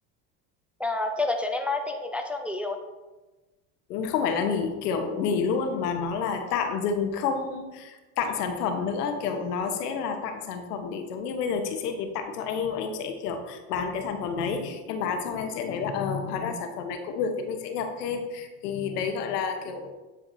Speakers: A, in the centre; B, on the left (about 80°).
A: à, theo cái chuyện em marketing thì đã cho nghỉ rồi
B: không phải là nghỉ kiểu nghỉ luôn mà nó là tạm dừng không tặng sản phẩm nữa kiểu nó sẽ là tặng sản phẩm để giống như bây giờ chị sẽ đến tặng cho em em sẽ kiểu bán cái sản phẩm đấy em bán xong em sẽ thấy là ờ hóa ra sản phẩm này cũng được thì mình sẽ nhập thêm thì đấy gọi là kiểu